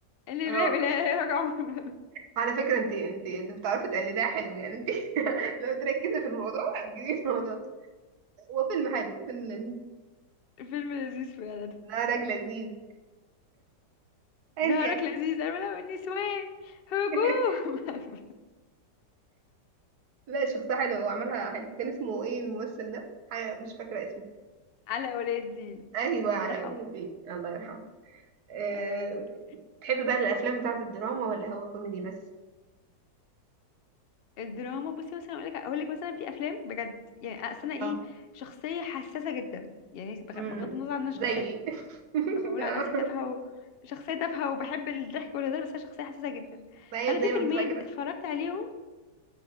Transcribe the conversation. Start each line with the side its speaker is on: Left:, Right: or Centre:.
Left: اللي
Right: اه
Left: اللي اللي رجعوا <laughs>
Right: على فكره انت انت انت بتعرفي تقلديها حلو يعني انت <laughs> لو تركزي في الموضوع هتجيبي الموضوع هو فيلم حلو هو فيلم لذيذ
Left: فيلم لذيذ فعلا
Right: نهارك لذيذ ايا
Left: نهارك
Right: كان
Left: لذيذ أرملة والنسوان هجوم
Right: <laughs>
Left: <laughs>
Right: لا شخصيه حلوه وعملها حلو كان اسمه ايه الممثل ده حاجة مش فاكره اسمه
Left: على ولي الدين
Right: ايوه علاء
Left: الله يرحمه
Right: ولي الدين الله يرحمه أه...
Left: على ولي الدين.
Right: تحبي بقى الافلام بتاعه الدراما ولا هو كوميدي بس
Left: الدراما بصي مثلا اقول لك اقول لك مثلا في افلام بجد يعني اصل انا
Right: اه
Left: ايه شخصيه حساسه جدا يعني بخ-
Right: امم
Left: بغض النظر عن ان انا
Right: زيي
Left: شخصيه
Right: <laughs>
Left: بقول
Right: آه.
Left: على نفسي تافهه و... شخصيه تافهه وبحب الضحك والهزار بس انا شخصيه حساسه جدا
Right: ما هي
Left: فانا
Right: دايما
Left: في فيلمين
Right: بتبقى كده
Left: اتفرجت عليهم